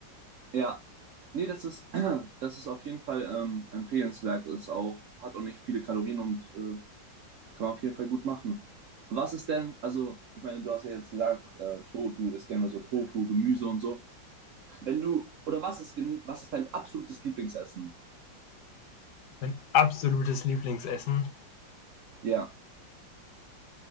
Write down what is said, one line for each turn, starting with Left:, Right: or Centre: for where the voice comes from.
Right: ja. Nee, das ist, <clears throat> das ist auf jeden Fall ähm, empfehlenswert. Ist auch, hat auch nicht viele Kalorien und äh, Kann man auf jeden Fall gut machen. Was ist denn, also, ich meine, du hast ja jetzt gesagt, äh, to, du isst gerne so Tofu, Gemüse und so. Wenn du, oder was ist, denn? was ist dein absolutes Lieblingsessen?
Left: Mein absolutes Lieblingsessen.
Right: Ja.